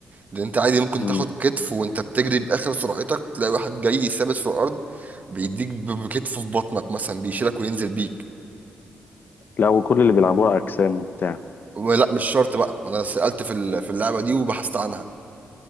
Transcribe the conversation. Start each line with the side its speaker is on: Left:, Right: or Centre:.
Right: لان انت عادي ممكن
Left: امم
Right: تاخد كتف وانت بتجري باخر سرعتك تلاقي واحد جاي ثابت في الارض بيديك ب- بكتفه في بطنك مثلا بيشيلك وينزل بيك
Left: لا وكل اللي بيلعبوها اجسام وبتاع
Right: ولا مش شرط بقى ما انا سالت في ال- في اللعبه دي وبحثت عنها